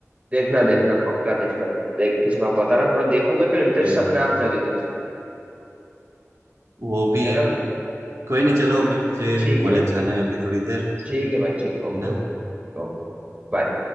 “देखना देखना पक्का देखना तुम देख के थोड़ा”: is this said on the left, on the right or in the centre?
Right